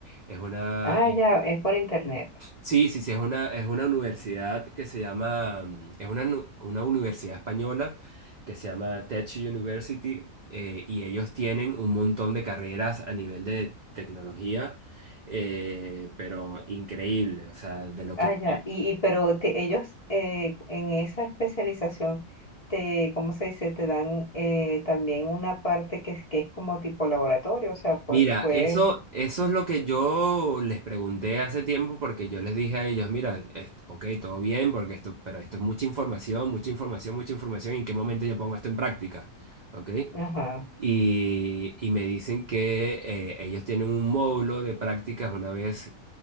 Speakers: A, on the right (about 75°); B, on the left (about 40°).
A: Es una,
B: Ah, ya, es por internet.
A: Sí, sí, sí, es una, es una universidad que se llama, mm, es una, nu- una universidad española que se llama Tech University eh, y ellos tienen un montón de carreras a nivel de tecnología, eh, pero increíble, o sea, de lo
B: Ah,
A: que... quieran.
B: ya. Y, y pero te- ellos eh, en esa especialización te, ¿cómo se dice? Te dan eh, también una parte que es, que es como tipo laboratorio, o sea, pue-
A: Mira,
B: puedes,
A: eso, eso es lo que yo les pregunté hace tiempo porque yo les dije a ellos, mira, es- ok, todo bien, porque esto, pero esto es mucha información, mucha información, mucha información, ¿y ¿en qué momento yo pongo esto en práctica? ¿Ok?
B: ajá,
A: y, y me dicen que eh, ellos tienen un módulo de prácticas una vez